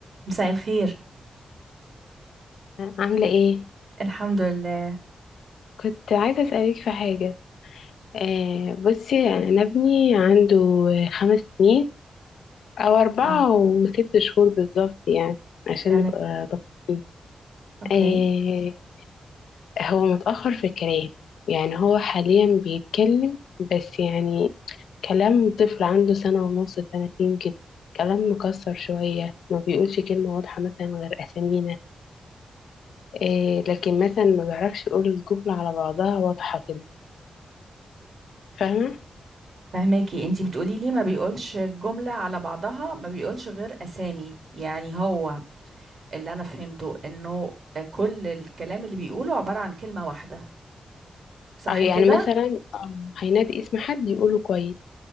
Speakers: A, on the right (about 60°); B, on the left (about 80°).
A: مساء الخير
B: عاملة ايه؟
A: الحمد لله
B: كنت عايزة اسألك في حاجة آه بصي يعني انا ابني عنده خمس سنين او اربعة
A: اه
B: وست شهور بالظبط يعني عشان
A: تمام
B: نبقى دقيقين
A: اوكي
B: آه هو متأخر في الكلام يعني هو حاليا بيتكلم بس يعني كلام طفل عنده سنة ونص سنتين كده كلام مكسر شوية ما بيقولش كلمة واضحة مثلا غير أسامينا آه لكن مثلا ما بيعرفش يقول الجملة على بعضها واضحة كده فاهمة؟
A: فهماكي انتي بتقولي لي ما بيقولش الجملة على بعضها ما بيقولش غير اسامي يعني هو اللي انا فهمته انه كل الكلام اللي بيقوله عبارة عن كلمة واحدة صح
B: أو يعني
A: كده
B: مثلا آه. هينادي اسم حد يقوله كويس